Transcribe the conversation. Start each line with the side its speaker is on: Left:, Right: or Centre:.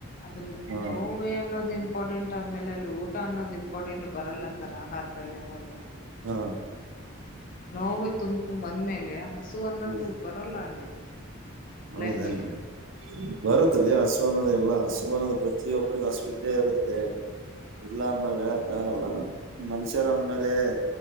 Left: ಅದ
Right: ಹಾ
Left: ನೋವೇ ಅನ್ನೋದ ಇಂಪಾರ್ಟೆಂಟ್ ಆದ್ಮೇಲೆ ಅಲ್ಲಿ ಊಟ ಅನ್ನೋದು ಇಂಪಾರ್ಟೆಂಟ್ ಬರಲ್ಲ ಸರ್ ಆಹಾರದಲ್ಲಿ ಯಾವಾಗ
Right: ಹಾ
Left: ನೋವು ತುಂಬ್ಕೊ ಬಂದ್ಮೇಲೆ ಹಸು ಅನ್ನೋದು
Right: ಹ್ಮ್
Left: ಬರಲ್ಲ ಅಲ್ಲಿ
Right: ಹೌದೇನ್ರಿ
Left: ಲೈಫಲ್ಲಿ
Right: ಬರುತ್ರಿ ಹಸು ಅನ್ನೋದು ಎಲ್ಲಾ ಹಸು ಅನ್ನೋದು ಪ್ರತಿಯೊಬ್ಬ್ರಗ್ ಹಸು ಇದಿದ್ದೇ ಇರುತ್ತೆ ಇಲ್ಲ ಅಂದ ಹೇಳಕ್ ಆಗಲ್ಲ ಮನುಷ್ಯರ ಅಂದ್ಮೇಲೆ